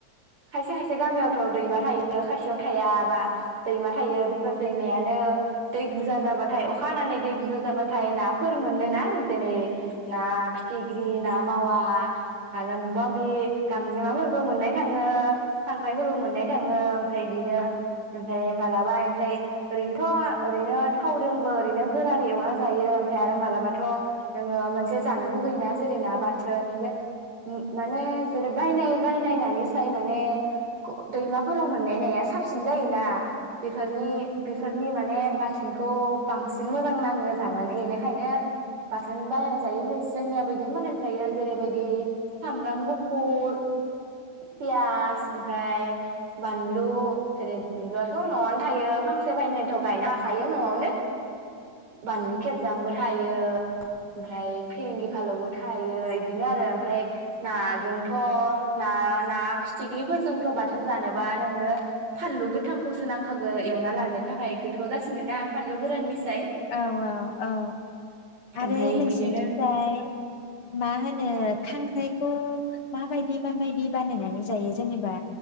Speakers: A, on the right; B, on the left.
A: खायसे खायसे गामियावथ' दैमा थायो खायसेयाव थाया बा दैमा थायो बेफोर दैमायानो दै बुर बुरजा जाबाथाय अखा हानानै दै बुरजा जाबाथाय नाफोर मोनोना ना फितिग्रि ना मावा आरोमबां बे गांजेमाफोरबो मोननाय <unintelligible> खांख्राइफोरबो मोननाय थाङो। ओमफ्राय बिदिनो ओमफ्राय मालाबा ओमफ्राय ओरैनोथ ओरैनो थावजोंबो ओरैनो गोरानै एवना जायो ओमफ्राय आरो मालाबा थ जोङो मोनसे जानोलुबैयोना जेरै ना बाथ थोन जे माने जेरै बायनाय बायनाय नानिसाय माने दैमा फोराव मोननाय नाया साबसिन जायोना बेफोरनि बेफोरनि माने ब बाथोनखौ बांसिन मोजां नाङो जानानै बेनिखायनो बाथोन बानायना जायो होन जोंनिया बिदिनो बानायनाय जायो जेरैबायदि सामब्राम गुफुर पियास ओमफ्राय बानलु जेरै बानलुआथ न'आवनो थायो फांसे फांनैथ गायनो हाखा हायो न'आवनो बानलु खेबजांबो थायो। ओमफ्राय फिरिंगि फालौ थायो इदिनो आरो ओमफ्राय नाजोंथ' ना ना फिथिख्रिफोरजों थ बाथोन जानोबा नोंनो फानलु गोथ थांखौसो नांखागो एवना लानो थाखाय गोथाव जास फानलु गोराननि मिस
B: औ औ औ
A: ओमफ्राय
B: आरो नोंसिनिथिंजाय
A: बिदिनो
B: मा होनो खांख्राइखौ माबायदि माबायदि बानायनानै जायो जेनेबा